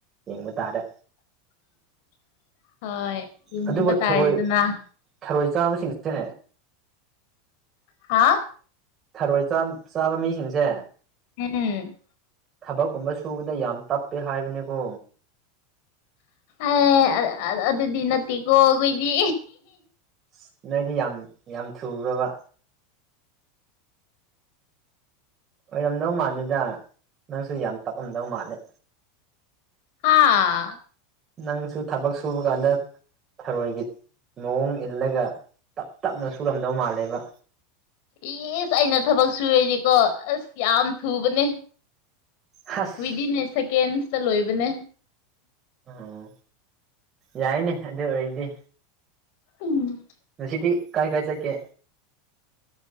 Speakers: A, on the right; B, on the left.
A: ꯌꯦꯡꯕ ꯇꯥꯔꯦ
B: <inaudible> ꯍꯣꯏ ꯌꯦꯡꯍꯟꯕ
A: ꯑꯗꯨꯕꯨ
B: ꯇꯥꯔꯦꯗꯅ
A: ꯊꯔꯣꯏ ꯊꯔꯣꯏ ꯆꯥꯕꯁꯤꯡꯁꯦ
B: ꯍꯥ
A: ꯊꯔꯣꯏ ꯆꯥꯕ ꯆꯥꯕ ꯃꯤꯁꯤꯡꯁꯦ
B: ꯎꯝ
A: ꯊꯕꯛꯀꯨꯝꯕ ꯁꯨꯕꯗ ꯌꯥꯝ ꯇꯞꯄꯦ ꯍꯥꯏꯕꯅꯤꯀꯣ
B: ꯑꯦ ꯑꯗꯨꯗꯤ ꯅꯠꯇꯦꯀꯣ ꯑꯩꯈꯣꯏꯗꯤ
A: ꯑꯁ ꯅꯣꯏꯗꯤ ꯌꯥꯝ ꯌꯥꯝ ꯊꯨꯕ꯭ꯔꯥꯕ ꯑꯣꯏꯔꯝꯗꯧ ꯃꯥꯜꯂꯦꯗ ꯅꯪꯁꯨ ꯌꯥꯝ ꯇꯞꯂꯝꯗꯧ ꯃꯥꯜꯂꯦ
B: ꯍꯥꯥ
A: ꯅꯪꯁꯨ ꯊꯕꯛ ꯁꯨꯕ ꯀꯥꯟꯗ ꯊꯔꯣꯏꯒꯤ ꯃꯑꯣꯡ ꯏꯜꯂꯒ ꯇꯞ ꯇꯞꯅ ꯁꯨꯔꯝꯗꯧ ꯃꯥꯜꯂꯦꯕ
B: ꯑꯦꯁ ꯑꯩꯅ ꯊꯕꯛ ꯁꯨꯔꯦꯗꯤꯀꯣ ꯑꯁ ꯌꯥꯝ ꯊꯨꯕꯅꯦ
A: ꯍꯁ
B: ꯋꯤꯗꯤꯟ ꯑꯦ ꯁꯦꯀꯦꯟꯁꯇ ꯂꯣꯏꯕꯅꯦ
A: ꯑꯣ ꯌꯥꯏꯅꯦ ꯑꯗꯨ ꯑꯣꯏꯔꯗꯤ
B: ꯎꯝ
A: ꯉꯁꯤꯗꯤ ꯀꯥꯏꯗ ꯆꯠꯀꯦ